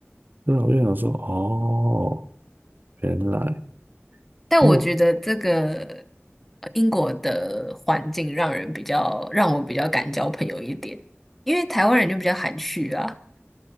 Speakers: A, on the right; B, in the centre.
A: 对啊我就想说哦，原来
B: 但我觉得这个
A: 因为我
B: 呃英国的环境让人比较让我比较敢交朋友一点，因为台湾人就比较含蓄啊。